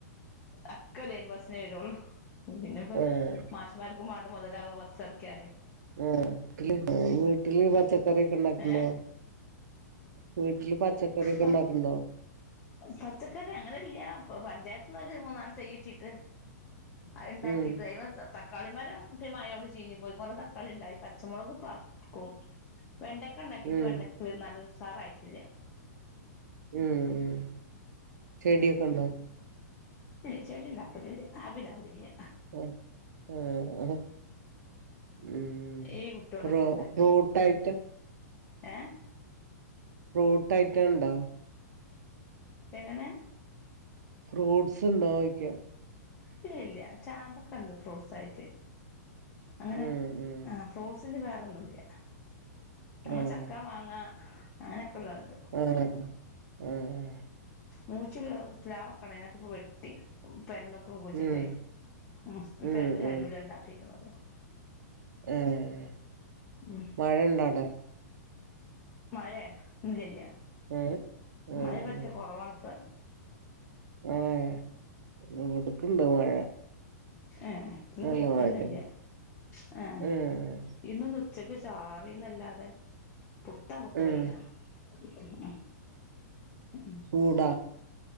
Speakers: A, on the left; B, on the right.
A: ഒക്കെ ലൈൻ ബസ്സിനെരും. പിന്ന
B: ഏഹ്
A: മാർക്കും മാണ്ടേ മൊതലാക ബസ്സറക്കിയാൽ.
B: ആഹ്. വീട്ടിൽ പച്ചക്കറി ഒക്കെ ഉണ്ടാക്ണ്ടൊ?
A: ഏ
B: വീട്ടില് പച്ചക്കറിക്കെ
A: പ
B: ഉണ്ടാക്ക്ണ്ടോ?
A: പച്ചക്കറി, അങ്ങനെല്ല. ഇപ്പ പഞ്ചായത്തിന്ന് ഒരു മൂന്നാല് തൈയ്യിട്ടിട്ട്. അതിണ്ട
B: ഉം
A: - തക്കാളിമരം ഇപ്പി മയോണ്ട് ചീഞ്ഞപോയി. കൊറെ തക്കാളി ഉണ്ടായി. പച്ചമുളക് പറ. റക്കും. വെണ്ടക്ക ഉണ്ടാക്കിട്ട്
B: ഉം
A: വെണ്ടക്ക നല്ലൊരുസാറായിട്ടില്ല.
B: ഉം ഉം. ചെടിയൊക്കെണ്ടോ?
A: ഇല്ല. ചെടിണ്ടാക്കലില്ല. ആ പിരാന്തില്ല.
B: ഉം. ഹു ഹും. ഉം.
A: ഈ കുട്ടികളെടയിൽ
B: ഫ്രോ ഫ്രൂട്ടയിറ്റം.?
A: ഏഹ്
B: ഫ്രൂട്ട് ഐറ്റംണ്ടോ?
A: എങ്ങനെ?
B: ഫ്രൂട്ട്സ് ഉണ്ടോയിക്ക?
A: ഇല്ലല്ല. ചാമ്പക്കണ്ട് ഫ്രൂട്ട്സ് ആയിട്ട്. അങ്ങനെ
B: ഉം ഉം
A: ആഹ് ഫ്രൂട്ട്സിൻ്റെ വേറൊന്നുല്ല. നമ്മൾ
B: ആഹ്
A: ചക്ക മാങ്ങ അങ്ങനെയൊക്കെ ഉള്ളത്ണ്ട്.
B: ഏഹ് ഏഹ്
A: മൂച്ചിള്ള പ്ലാവെക്കണ്ന അക് ഇപ്പ വെട്ടി പെരമക് കു കുച്ചിട്ട്
B: ഉം
A: ഇപ്പ
B: ഉം
A: പെര്ന്റെ ചരുല
B: ഉം
A: ണ്ടാക്കിക്കണത്.
B: ഏഹ്
A: ഉം
B: മഴണ്ടാടെ?
A: മയേ ഇല്ലല്ല
B: ഏഹ് ഏഹ്
A: മയ പറ്റ കൊറവാണ്പ്പ
B: ഏഹ് ഇവ്ടുക്ണ്ട് മഴ
A: ഏഹ് ഇന്ന്
B: നല്ല
A: പെയ്തിട്ടന്നല്ല
B: മഴ
A: ഏഹ്
B: ഉം
A: ഇന്നൊന്ന് ഉച്ചക്ക് ചാറീന്നല്ലാതെ പുടുതംവ്ട്ട
B: ഉം
A: വയിലാണ് ഉം ഉം
B: കൂട